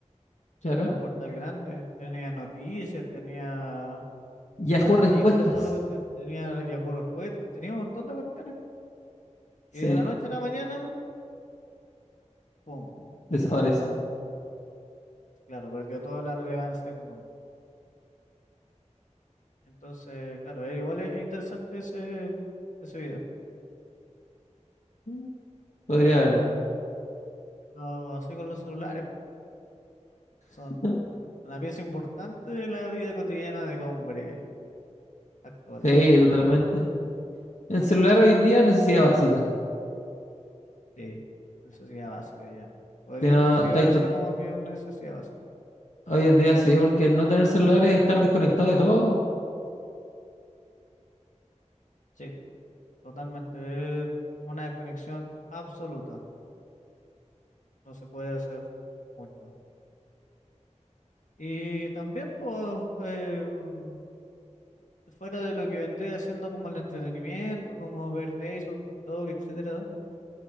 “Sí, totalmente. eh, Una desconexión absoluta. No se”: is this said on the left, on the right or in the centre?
Left